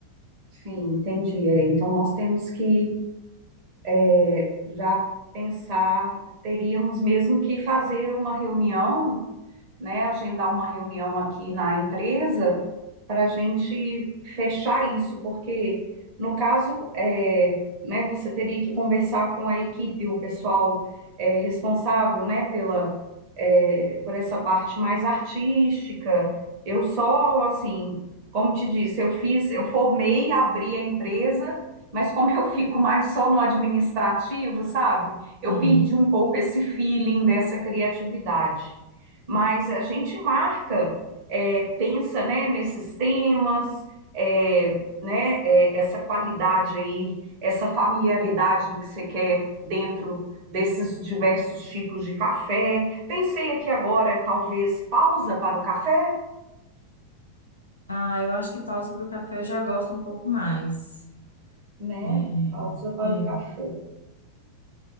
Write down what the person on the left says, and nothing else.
Sim.
Ah, eu acho que pausa para o café eu já gosto um pouco mais.
É,
é.